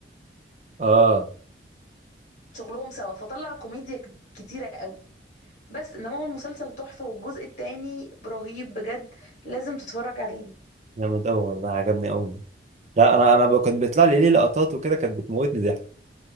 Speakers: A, on the right; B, on the left.
A: اه
B: شغلهم سوا فطلع كوميديا كت- كتيرة قوي بس انما هو المسلسل تحفة والجزء التاني رهيب بجد لازم تتفرج عليه
A: جامد قوي والله عجبني قوي لا انا انا ب- كان بيطلع لي ليه لقطات وكده كانت بتموتني ضحك